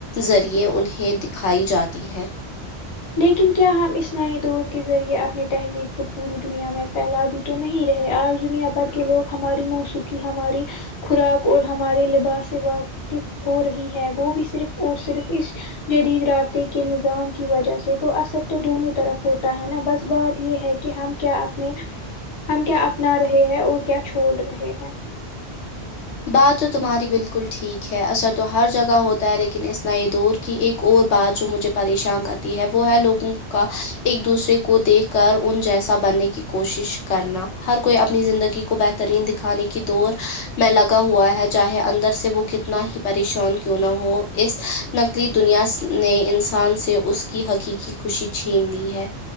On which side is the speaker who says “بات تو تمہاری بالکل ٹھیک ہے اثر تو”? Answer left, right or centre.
Left